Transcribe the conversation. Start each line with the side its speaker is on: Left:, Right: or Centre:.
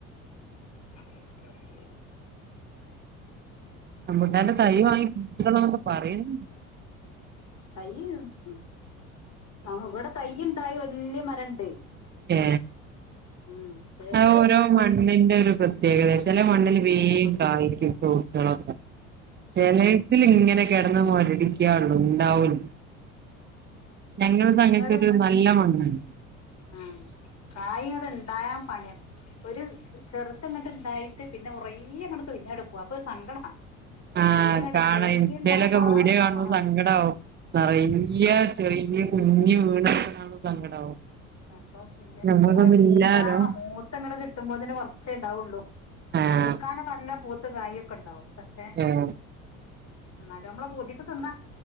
Left: ആ ശരി
Right: ആ എന്റെ തൈ വാങ്ങി പിടിച്ചിടണം എന്നൊക്കെ പറയുന്നു
Left: തൈ ഉം ആ ഇവിടെ തൈയി തായി വല്യ മരണ്ട്
Right: ഏ
Left: ഉം പക്ഷെ
Right: ആ ഓരോ മണ്ണിന്റെ ഒരു പ്രതേകതയാ ചില മണ്ണിൽ വേഗം
Left: ആ
Right: കായ്ക്കും <unintelligible> ചിലേതിന് ഇങ്ങനെ കിടന്ന് മൊരടിക്കും ക്കാള്ളു ഉണ്ടാവൂല ഞങ്ങളത് അങ്ങനൊത്തൊരു
Left: ഒന്നൂടെ
Right: നല്ല മണ്ണാണ്
Left: ആ പ്രായം അതുണ്ടായ പണിയ ഒരു ചെറുതിങ്ങട്ട് ഇണ്ടായിട്ട് പിന്നെ കുറേ അങ്ങട് തൊഴിഞ്ഞു കിടക്കും അപ്പൊ ഒരു സങ്കടാ
Right: ആഹ
Left: ഫുള്ള്ങ്ങട്ട്
Right: കാണാം
Left: എത്രയും
Right: ഇൻസ്റ്റയിലൊക്കെ
Left: ഇണ്ടാവും മാള
Right: വീഡിയോ കാണുമ്പോ
Left: ആ
Right: സങ്കടമാവും നിറയെ ചെറിയ കുഞ്ഞുവീണ്
Left: ഉം
Right: കാണുമ്പോ സങ്കടാവും
Left: അപ്പൊ പിന്നെ
Right: ഞമ്മക്കൊന്നും
Left: ഇനീപ്പത്
Right: ഇല്ലാലോ
Left: ഇണ്ടാവണം മൂത്ത് ഇങ്ങട് കിട്ടുമ്പോത്തിനും കൊറച്ചേ ഉണ്ടാവുള്ളു
Right: ആഹ്
Left: പൂക്കാനൊക്കെ നല്ല പൂത്ത് കായൊക്കെ ഇണ്ടാവും പക്ഷെ
Right: ഏഹ്
Left: എന്നാലും നമ്മളെ പൂതിക്ക് തിന്നാൻ